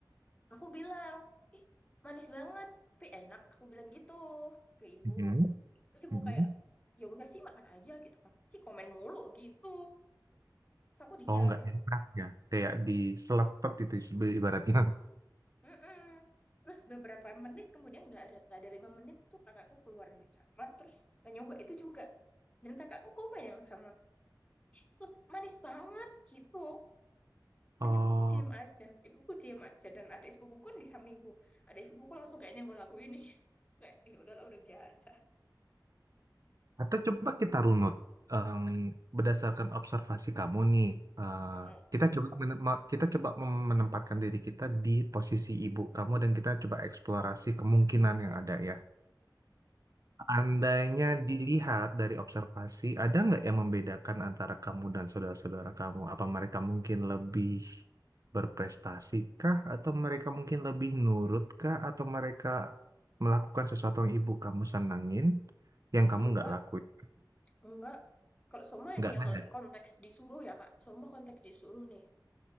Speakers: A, on the left; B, on the right.
A: aku bilang ih manis banget tapi enak aku bilang gitu ke ibu
B: Mhm,
A: terus ibu
B: mhm.
A: kayak ya udah sih makan aja gitu kenapa sih komen mulu gitu terus aku diam
B: Oh nggak nyetak ya, kayak diselepet itu ibaratnya.
A: Mm-mm. Terus beberapa menit kemudian nggak ada nggak ada lima menit tuh kakakku keluar dari kamar terus nyoba itu juga dan kakakku komen yang sama itu manis banget gitu
B: Oh,
A: dan ibuku diem aja ibuku diem aja dan adik sepupuku kan di sampingku adik sepupuku langsung kayaknya nggak laku ini <laughs> kayak ya udahlah udah biasa
B: atau coba kita runut Em, berdasarkan observasi kamu nih. eh,
A: Mm-mm.
B: kita coba menem- ma- kita coba mem- menempatkan diri kita di posisi ibu kamu dan kita coba eksplorasi kemungkinan yang ada ya. Andainya dilihat dari observasi, ada nggak yang membedakan antara kamu dan saudara-saudara kamu? Apa mereka mungkin lebih berprestasi kah? Atau mereka mungkin lebih nurut kah? Atau mereka melakukan sesuatu yang ibu kamu senengin, yang kamu
A: enggak
B: nggak lakuin?
A: enggak kalau Soma
B: Nggak
A: ini ya
B: ada.
A: kalau konteks disuruh ya kak Soma konteks disuruh nih